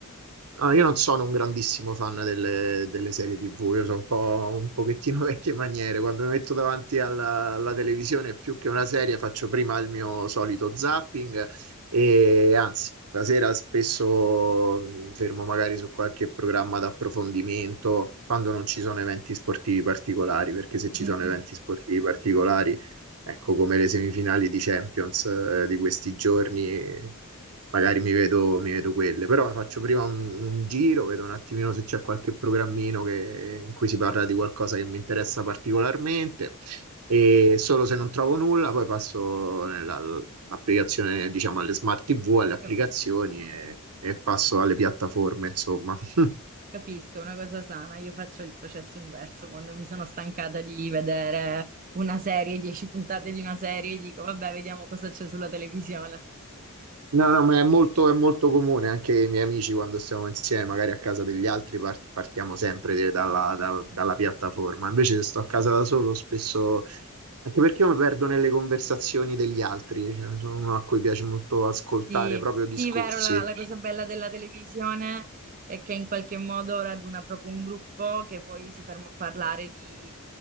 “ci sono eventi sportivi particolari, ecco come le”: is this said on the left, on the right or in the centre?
Right